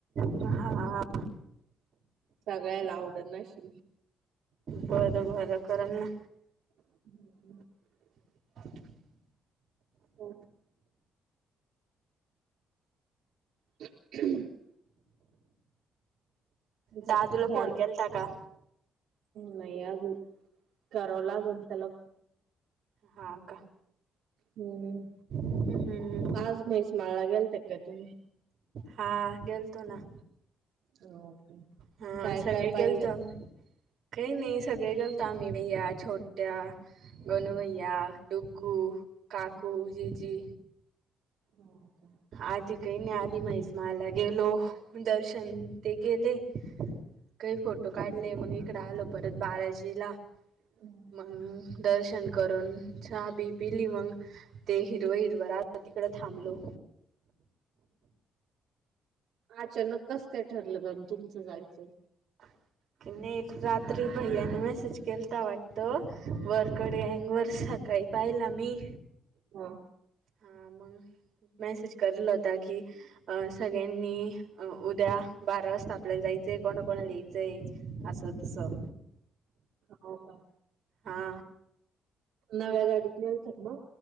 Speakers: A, on the right; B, on the right.
A: ह हा हा.
B: सगळ्या ला आवड अशी.
A: बरं बरं करल ना.
B: हम् <inaudible>
A: <inaudible>
B: हो. ह् <inaudible> <unintelligible> झाडू
A: दादूला फोन केला ता का.
B: नाही अजून करावं लागलं त्याला
A: हा का
B: हम्म
A: हम्म
B: आज म्हैस माळला गेल त्या का तुम्ही?
A: हा गेल तो ना.
B: हो का.
A: हम्म
B: काय
A: सगळे
B: काय पाहिलं?
A: गेल तो आम्ही. काही नाही सगळे गलत आम्ही भिया छोट्या, गणू भैया डुग्गु काकू जीजी.
B: हो का.
A: आधी काही न आधी महिष मला गेलो दर्शन ते केले काही फोटो काढले मग इकड आलो परत बाराजीला
B: हम्म.
A: मग दर् करून चाहा बी बी लि मंग ते हिर हिर तिकड थांबलो
B: अचानक कसत ठरलं पण तुमचं जायचं.
A: <unintelligible> नाही रात्री भैय्याने मेसेज केलता वाटत वरकडे अंग वर सकाळी पहिला मी.
B: हा
A: हा मग मेसेज केरल ताकी सगळ्यांनी, उद्या बारा वाजता आपल्याला जायचंय कोणा कोणा लियचंय असं. तसं
B: हो काय.
A: हा.
B: नव्या गाडीत नेलत ब